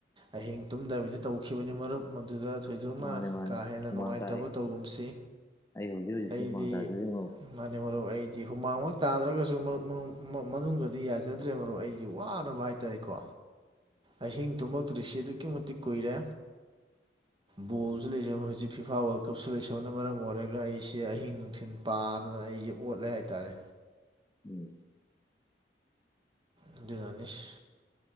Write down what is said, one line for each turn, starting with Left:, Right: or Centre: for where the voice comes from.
Right: ꯑꯍꯤꯡ ꯇꯨꯝꯗꯕꯤꯗ ꯇꯧꯈꯤꯕꯅꯤ ꯃꯔꯨꯞ ꯃꯗꯨꯗ <unintelligible>
Left: ꯃꯥꯅꯦ
Right: <unintelligible>
Left: ꯃꯥꯅꯦ
Right: ꯀꯥ ꯍꯦꯟꯅ
Left: ꯍꯨꯃꯥꯡ
Right: ꯅꯨꯡꯉꯥꯏꯇꯕ
Left: ꯇꯥꯏ
Right: ꯇꯧꯒꯨꯝꯁꯤ
Left: ꯑꯩ ꯍꯧꯖꯤꯛ ꯍꯧꯖꯤꯛꯁꯨ
Right: ꯑꯩꯗꯤ
Left: ꯍꯨꯃꯥꯡ ꯇꯥꯖꯔꯤ ꯃꯔꯨꯞ
Right: ꯃꯥꯅꯤ ꯃꯔꯨꯞ ꯑꯩꯗꯤ ꯍꯨꯃꯥꯡꯃꯛ ꯇꯥꯗ꯭ꯔꯒꯁꯨꯨ <unintelligible> ꯃꯅꯨꯡꯗꯗꯤ ꯌꯥꯖꯗ꯭ꯔꯦ ꯃꯔꯨꯞ ꯑꯩꯒꯤ ꯋꯥ <unintelligible> ꯍꯥꯏꯇꯥꯔꯦꯀꯣ ꯑꯍꯤꯡ ꯇꯨꯝꯃꯛꯇ꯭ꯔꯤꯁꯤ ꯑꯗꯨꯛꯀꯤ ꯃꯇꯤꯛ ꯀꯨꯏꯔꯦ ꯕꯣꯜꯖꯨ ꯂꯩꯖꯕ ꯍꯧꯖꯤꯛ ꯐꯤꯐꯥ ꯋꯥꯔꯜ ꯀꯞꯁꯨ ꯂꯩꯁꯟꯕꯅ ꯃꯔꯝ ꯑꯣꯏꯔꯒ ꯑꯩꯁꯦ ꯑꯍꯤꯡ ꯅꯨꯡꯊꯤꯜ ꯄꯥꯗꯅ ꯑꯩꯖꯦ ꯑꯣꯠꯂꯦ ꯍꯥꯏꯇꯥꯔꯦ
Left: ꯎꯝ
Right: ꯑꯗꯨꯅꯅꯤꯁ